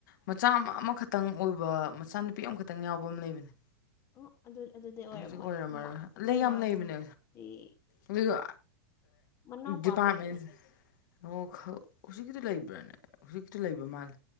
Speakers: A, on the left; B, on the left.
A: ꯃꯆꯥ ꯑꯃ ꯑꯃꯈꯛꯇꯪ ꯑꯣꯏꯕ ꯃꯆꯥ ꯅꯨꯨꯄꯤ ꯑꯃꯈꯛꯇꯪ ꯌꯥꯎꯕ ꯑꯃ ꯂꯩꯕꯅꯦ
B: ꯎꯝ ꯑꯗꯨ ꯑꯗꯨꯗꯤ ꯑꯣꯏꯔꯝꯃꯣꯏ
A: ꯑꯗꯨꯁꯨ ꯑꯣꯏꯔꯝꯃꯔꯣꯏ
B: ꯃ ꯑꯗꯨꯏ
A: ꯂꯩ ꯌꯥꯝ
B: ꯉꯥꯡꯗꯨꯗꯤ
A: ꯂꯩꯕꯅꯦ ꯑꯗꯨꯒ
B: ꯃꯅꯥꯎ ꯄꯥꯝ
A: ꯗꯤꯄꯥꯔꯠꯃꯦꯟ
B: ꯂꯩꯕꯅꯤ
A: ꯑꯣ ꯍꯧꯖꯤꯛꯀꯤ ꯂꯩꯕ꯭ꯔꯥꯅꯦ ꯍꯧꯖꯤꯛꯀꯤ ꯂꯩꯕ ꯃꯥꯜꯂꯦ